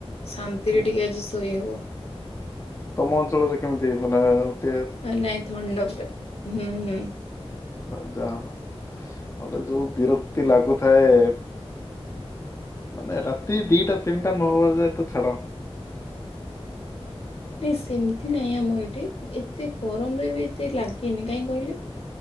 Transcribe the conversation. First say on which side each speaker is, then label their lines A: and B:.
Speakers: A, on the left; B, on the left.
A: ଶାନ୍ତିରେ
B: ଉଁ,
A: ଟିକେ ଆଜି ଶୋଇହବ।
B: ତମ ଅଞ୍ଚଳରେ କେମିତି ମାନେ ଗୋଟେ
A: ଆ ନାଇ ଥଣ୍ଡା ପୁରା ହୁଁ ହୁଁ।
B: ତ ଯାହା ହଉ ମତେ ଯୋଉ ବିରକ୍ତି ଲାଗୁଥାଏ ମାନେ ରାତି ଦିଟା ତିନିଟା ନଅ ହବାଯାଁ ତ ଛାଡ
A: ନାଇଁ ସେମିତି ନାହିଁ ଆମ ଏଠି ଏତେ ଗରମରେ ବି ଏତେ ଲାଗେନି କାହିଁ କହିଲେ